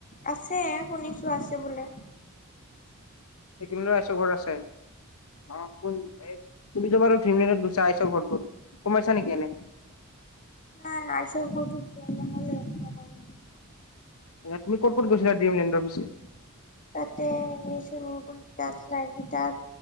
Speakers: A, on the left; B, on the left.
A: আছে শুনিছো আছে বোলে।
B: আকুলেণ্ডত আইছৰ ঘৰ আছে, অ' <unintelligible> তুমিতো বাৰু ড্ৰিম লেণ্ডত গৈছা এইচৰ ঘৰটোত, সুমাইছা নেক এনে?
A: নাই এইচৰ ঘৰটোত যোৱা নহলে। আমাৰ মানে।
B: তুমি ক'ত ক'ত গৈছিলা ড্ৰিমলণ্ডৰ পিছে?
A: তাতে চুইমিং পুল গিটাৰ, স্লাইড গীতাত।